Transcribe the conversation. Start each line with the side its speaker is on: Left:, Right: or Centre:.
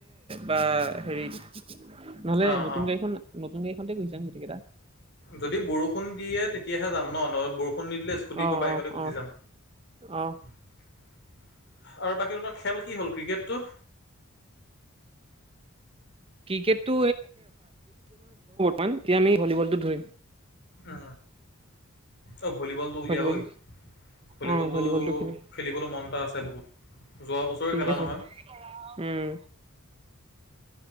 Right: বা হেৰি নহলে
Left: ন
Right: নতুন
Left: অঁ
Right: গাড়ীখন নতুন গাড়ী খনতে <unintelligible>
Left: যদি বৰষুণ দিয়ে তেতিয়াহে যাম ন ন বৰষুণ নিদিলে স্কুটিৰ
Right: অ
Left: পৰা বাইকতে
Right: অ
Left: গুচি
Right: অ
Left: যাম।
Right: অ
Left: আৰু বাকী তহঁতৰ খেল কি হ'ল ক্ৰিকেটটো?
Right: ক্ৰিকেটটো তেতিয়া আমি ভলীবলটো ধৰিম।
Left: উ। অ', ভলীবলতটো উলিয়াওই
Right: ভলীবল
Left: ভলীবল
Right: অ
Left: টো
Right: ভলীবলটো খেলিম
Left: খেলিবলৈ মন এটা আছে। তা বহুত যোৱা বছৰে
Right: ঠিক
Left: খেলা
Right: আছে
Left: নহয়।
Right: উম